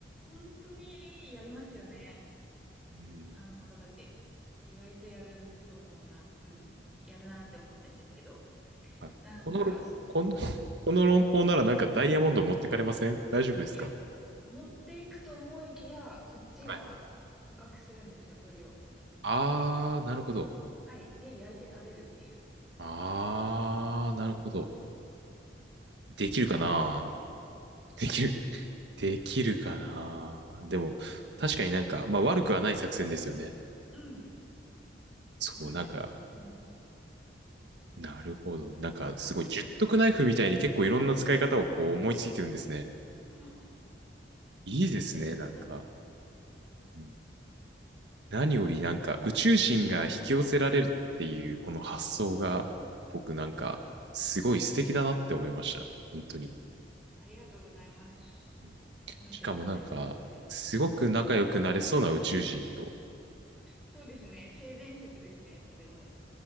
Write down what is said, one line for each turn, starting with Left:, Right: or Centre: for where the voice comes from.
Centre: 本当にやりますよね。
Right: うん。
Centre: あの方たち。意外とやると思うな、うん。やるなって思ってるんですけど。
Right: あこの、
Centre: なんか、そういう風な、
Right: この、<laughs>
Centre: い
Right: この論法ならなんかダイヤモンド持ってかれません大丈夫ですか
Centre: や持っていくと思いきや、こっちが捕獲するんですよ、
Right: はい。
Centre: 鳥を。
Right: あー、なるほど。
Centre: はい。で、焼いて食べるっていう。
Right: あー、なるほど。できるかな
Centre: どう
Right: できる、<laughs> できるかなでも、確かになんか、まあ悪くはない作戦ですよね。
Centre: うん。
Right: そう、
Centre: まず、
Right: なんか、
Centre: うん。
Right: なるほど。なんか、
Centre: はい。
Right: すごい、十徳ナイフみたいに結構いろんな使い方をこう思いついてるんですね。
Centre: <laughs>
Right: いいですね、
Centre: 行き当たりばったり。
Right: なんか。うん何よりなんか宇宙人が引き寄せられるっていうこの発想が僕なんかすごい素敵だなって思いました。本当に。
Centre: ありがとうございます。
Right: うん
Centre: 褒めていただいて。
Right: しかもなんかすごく仲良くなれそうな宇宙人と。
Centre: そうですね。性善説ですね、とても。